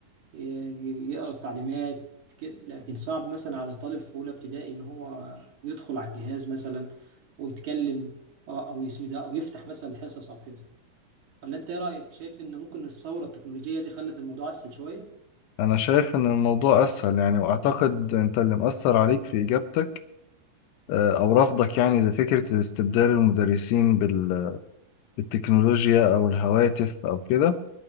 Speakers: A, on the right (about 50°); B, on the left (about 75°).
A: ي- يقرا التعليمات كده لكن صعب مثلا على طالب في اولى ابتدائي ان هو يدخل على الجهاز مثلا ويتكلم او أو اسم ده او يفتح مثلا الحصص او كده ولا انت ايه رايك شايف ان ممكن الثوره التكنولوجيه دي خلت الموضوع اسهل شويه
B: أنا شايف إن الموضوع أسهل يعني وأعتقد أنت اللي مأثر عليك في إجابتك آه، أو رفضك يعني لفكرة استبدال المدرسين بال- بالتكنولوجيا أو الهواتف أو كده